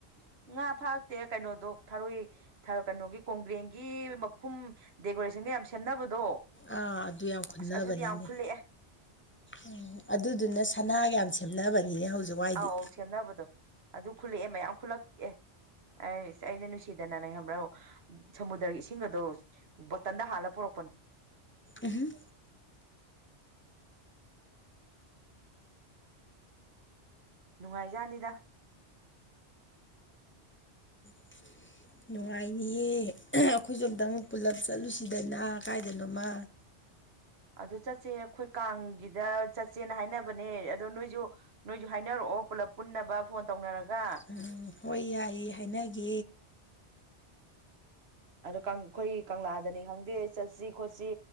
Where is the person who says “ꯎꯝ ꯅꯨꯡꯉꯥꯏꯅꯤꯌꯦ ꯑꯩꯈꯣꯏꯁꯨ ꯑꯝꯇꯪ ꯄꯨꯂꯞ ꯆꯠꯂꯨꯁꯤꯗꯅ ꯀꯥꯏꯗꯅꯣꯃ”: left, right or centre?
Left